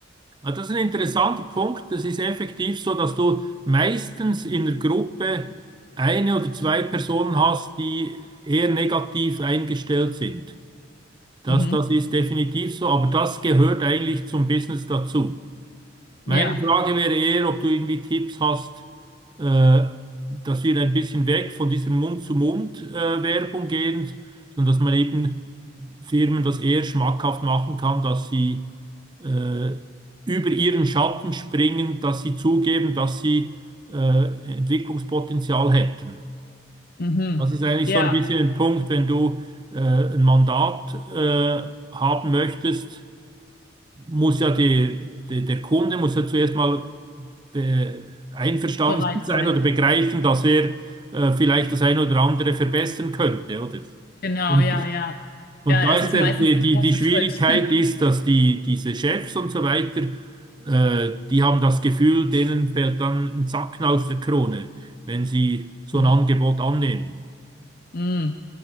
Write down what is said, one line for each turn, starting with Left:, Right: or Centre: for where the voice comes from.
Right: Ja, Das ist ein interessanter Punkt. Das ist effektiv so, dass du meistens in der Gruppe eine oder zwei Personen hast, die eher negativ eingestellt sind. Das,
Left: Mhm.
Right: das ist definitiv so, aber das gehört eigentlich zum Business dazu. Meine
Left: Ja,
Right: Frage wäre eher, ob du irgendwie Tipps hast, äh, dass wir ein bisschen weg von dieser Mund-zu-Mund-Werbung gehen, sondern dass man eben Firmen das eher schmackhaft machen kann, dass sie äh, über ihren Schatten springen, dass sie zugeben, dass sie äh, Entwicklungspotenzial hätten.
Left: mhm.
Right: Das ist eigentlich
Left: Ja,
Right: so ein bisschen ein Punkt, wenn du äh, ein Mandat äh, haben möchtest, muss ja der, der, der Kunde muss ja zuerst mal be- einverstanden
Left: bereit
Right: sein
Left: sein.
Right: oder begreifen, dass er äh, vielleicht das eine oder andere verbessern könnte, oder?
Left: Genau,
Right: Und,
Left: ja, ja.
Right: und
Left: Ja,
Right: da
Left: das
Right: ist
Left: ist
Right: der,
Left: meistens
Right: die,
Left: der
Right: die,
Left: große
Right: die Schwierigkeit
Left: Schritt.
Right: ist, dass die, diese Chefs und so weiter, äh, die haben das Gefühl, denen fällt dann ein Zacken aus der Krone, wenn sie so
Left: <laughs>
Right: ein Angebot annehmen.
Left: Mm.